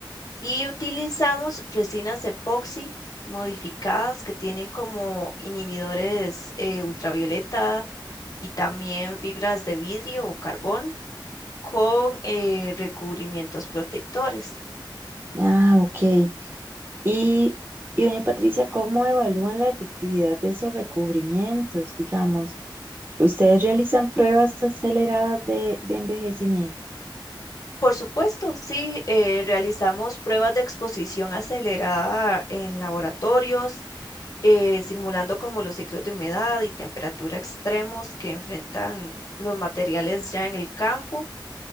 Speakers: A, on the left; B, on the right.
A: Y utilizamos resinas epoxi modificadas que tienen como inhibidores eh, ultravioleta y también fibras de vidrio o carbono con eh, recubrimientos protectores.
B: Ah, ok. Y, y doña Patricia, ¿cómo evalúan la efectividad de esos recubrimientos? Digamos, ustedes realizan pruebas aceleradas de, de envejecimiento.
A: Por supuesto, sí, eh, realizamos pruebas de exposición acelerada en laboratorios, eh, simulando como los ciclos de humedad y temperatura extremos que enfrentan los materiales ya en el campo.